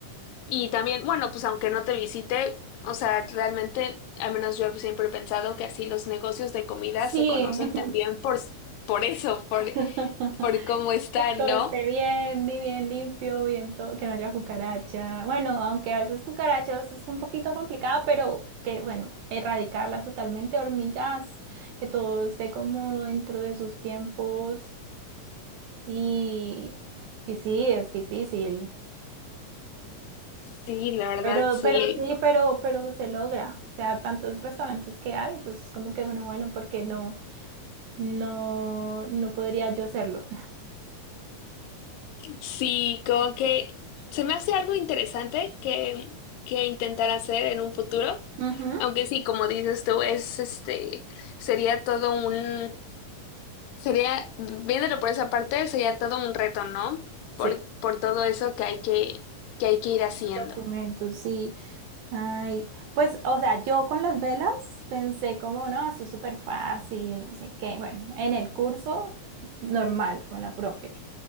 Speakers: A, on the left; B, on the right.
A: Y también, bueno, pues aunque no te visite, o sea, realmente, al menos yo siempre he pensado que así los negocios de comida
B: Sí.
A: se conocen también por, por eso, por,
B: <laughs>
A: por cómo están,
B: Que todo
A: ¿no?
B: esté bien, y bien limpio, bien todo, que no haya cucaracha. Bueno, aunque a veces cucarachas es un poquito complicado, pero que, bueno, erradicarlas totalmente, hormigas, que todo esté como dentro de sus tiempos y, y sí, es difícil.
A: Sí, la verdad,
B: Pero,
A: sí.
B: pero sí, pero, pero se logra. O sea, tantos restaurantes que hay, entonces como que uno, bueno, porque no, no, no podría yo hacerlo?
A: Sí, como que se me hace algo interesante que, que intentar hacer en un futuro,
B: Ujú.
A: aunque
B: <laughs>
A: sí, como dices tú, es este, sería todo un, sería, viéndolo por esa parte, sería todo un reto, ¿no? Por,
B: Sí,
A: por todo eso que hay que, que hay que ir haciendo.
B: los documentos, sí. Ay, pues, o sea, yo con las velas pensé como, no, eso es súper fácil, no sé qué. Bueno, en el curso normal con la profe.